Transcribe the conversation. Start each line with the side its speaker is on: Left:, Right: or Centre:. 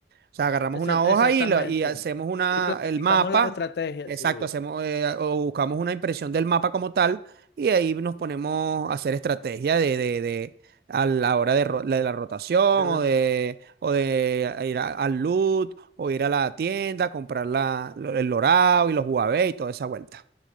Right: O sea, agarramos
Left: Exa-
Right: una hoja
Left: exactamente.
Right: y, la- y hacemos una,
Left: Y planificamos
Right: el mapa,
Left: las estrategias,
Right: exacto,
Left: sí.
Right: hacemos eh, o buscamos una impresión del mapa como tal y ahí nos ponemos a hacer estrategia de, de, de- a la hora de, ro- de la rotación
Left: de la-
Right: o de, o de ir a- al loot o ir a la tienda, comprar la, lo- el lorado y los Huawei y toda esa vuelta.